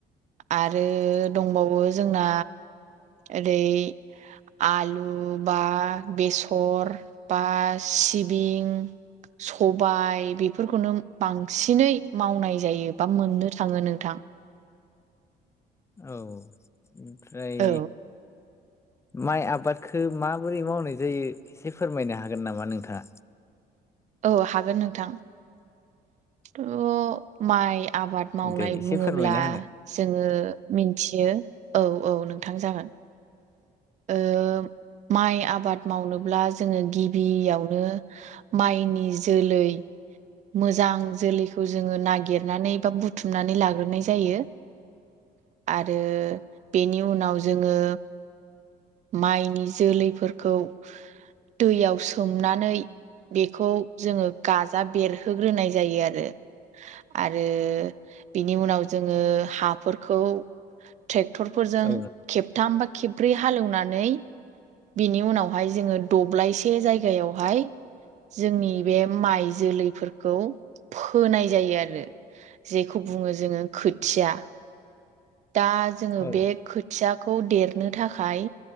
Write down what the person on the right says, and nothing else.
आरो दंबावो जोंना ओरै आलु बा बेसर बा सिबिं स'बाय बेफोरखौनो बांसिनै मावनाय जायो बा मोननो थाङो नोंथां।
औ
औ हागोन नोंथां थ' माइ आबाद मावनाय
बुङोब्ला
जोङो मिन्थियो औ औ नोंथां जागोन। ओ माइ आबाद मावनोब्ला जोङो गिबियावनो माइनि जोलै मोजां जोलैखौ जोङो नागिरनानै बा बुथुमनानै लाग्रोनाय जायो। आरो बेनि उनाव जोङो माइनि जोलैफोरखौ दैयाव सोमनानै बेखौ जोङो गाजा बेरहोग्रोनाय जायो आरो आरो बिनि उनाव जोङो हाफोरखौ ट्रेक्टरफोरजों
खेबथाम बा खेब्रै हालेवनानै बिनि उनावहाय जोङो दब्लायसे जायगायावहाय। जोंनि बे माइ जोलैफोरखौ फोनाय जायो आरो जेखौ बुङो जोङो खोथिया दा जोङो
बे खोथियाखौ देरनो थाखाय